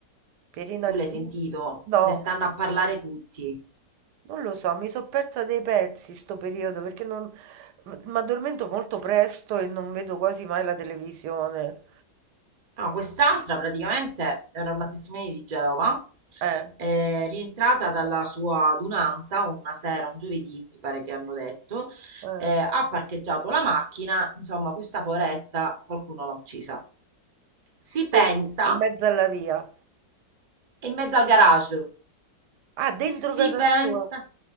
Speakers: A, on the right (about 75°); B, on the right (about 50°).
A: Pierina
B: tu l'hai
A: Chi?
B: sentito?
A: No,
B: Ne stanno a parlare tutti.
A: non lo so, mi sono persa dei pezzi sto periodo perché non... mi addormento molto presto e non vedo quasi mai la televisione.
B: No, quest'altra praticamente era una testimone di Geova,
A: Eh,
B: eh, rientrata dalla sua adunanza una sera, un giovedì, mi pare che hanno detto,
A: eh,
B: eh, ha parcheggiato la macchina, insomma, questa poretta qualcuno l'ha uccisa. Si
A: così,
B: pensa,
A: in mezzo alla via.
B: è in mezzo al garage.
A: Ah, dentro
B: Si
A: casa
B: pensa.
A: sua.